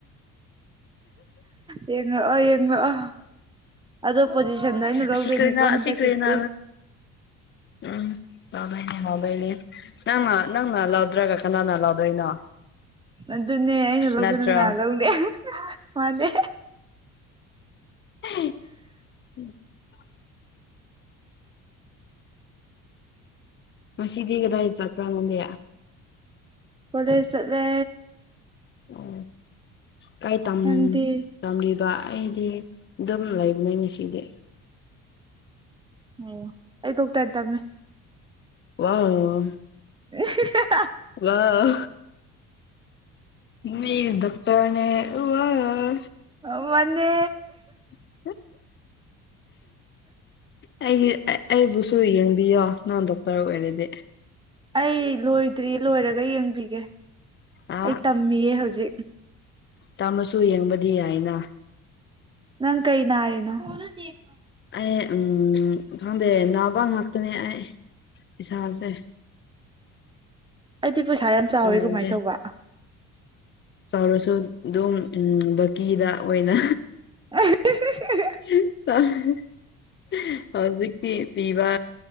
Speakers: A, on the right (about 15°); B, on the left (about 40°).
A: ꯌꯦꯡꯉꯛꯑꯣ ꯌꯦꯡꯉꯛꯑꯣ ꯑꯗꯣ ꯄꯣꯖꯤꯁꯟꯗꯣ ꯑꯩꯅ ꯂꯧꯗꯣꯏꯅꯤꯀꯣ
B: ꯑꯁꯤ ꯀꯔꯤꯅ
A: ꯍꯟꯗꯛꯀꯤꯇꯤ
B: ꯑꯁꯤ ꯀꯔꯤꯅ ꯎꯝ ꯂꯧꯗꯣꯏꯅꯦ ꯂꯧꯗꯣꯏꯅꯦ ꯅꯪꯅ ꯅꯪꯅ ꯂꯧꯗ꯭ꯔꯒ ꯀꯅꯥꯅ ꯂꯧ ꯗꯣꯏꯅꯣ
A: ꯑꯗꯨꯅꯦ ꯑꯩꯅ ꯂꯧꯗꯅ
B: ꯅꯠꯇ꯭ꯔꯣ
A: ꯀꯅꯥ ꯂꯧꯅꯤ ꯃꯥꯅꯦ
B: <unintelligible> ꯉꯁꯤꯗꯤ ꯀꯗꯥꯏ ꯆꯠꯄ꯭ꯔꯥ ꯅꯪꯗꯤ
A: ꯀꯣꯂꯦꯖ ꯆꯠꯂꯦ
B: ꯑꯣ ꯀꯥꯏ ꯇꯝ
A: ꯅꯪꯗꯤ
B: ꯇꯝꯂꯤꯕ ꯑꯩꯗꯤ ꯑꯗꯨꯝ ꯂꯩꯕꯅꯤ ꯉꯁꯤꯗꯤ
A: ꯑꯣ ꯑꯩ ꯗꯣꯛꯇꯔ ꯇꯝꯃꯤ
B: ꯋꯥꯎ
A: <unintelligible>
B: ꯋꯥꯎ ꯃꯤ ꯗꯣꯛꯇꯔꯅꯦ ꯎꯋꯥꯎ
A: ꯑꯣ ꯃꯥꯅꯦ
B: <unintelligible> ꯑꯩꯒꯤ ꯑꯩꯕꯨꯁꯨ ꯌꯦꯡꯕꯤꯌꯣ ꯅꯪ ꯗꯣꯛꯇꯔ ꯑꯣꯏꯔꯗꯤ
A: ꯑꯩ ꯂꯣꯏꯗ꯭ꯔꯤ ꯂꯣꯏꯔꯒ ꯌꯦꯡꯕꯤꯒꯦ
B: ꯑ
A: ꯑꯩ ꯇꯝꯃꯤꯌꯦ ꯍꯧꯖꯤꯛ
B: ꯇꯥꯃꯁꯨ ꯌꯦꯡꯕꯗꯤ ꯌꯥꯏꯅ
A: ꯅꯪ ꯀꯩ ꯅꯥꯔꯤꯅꯣ <unintelligible>
B: ꯑꯩ ꯎꯝ ꯈꯪꯗꯦ ꯅꯥꯕ ꯉꯥꯛꯇꯅꯦ ꯑꯩ ꯏꯁꯥꯁꯦ
A: ꯑꯩꯗꯤ ꯄꯩꯁꯥ ꯌꯥꯝ ꯆꯥꯎꯋꯦ
B: ꯌꯥꯗ꯭ꯔꯦ
A: ꯀꯃꯥꯏ ꯇꯧꯕ
B: ꯆꯥꯎꯔꯁꯨ ꯑꯗꯨꯝ ꯎꯝ ꯕꯥꯀꯤꯗ ꯑꯣꯏꯅ
A: <unintelligible>
B: <unintelligible> ꯍꯧꯖꯤꯛꯇꯤ ꯄꯤꯕ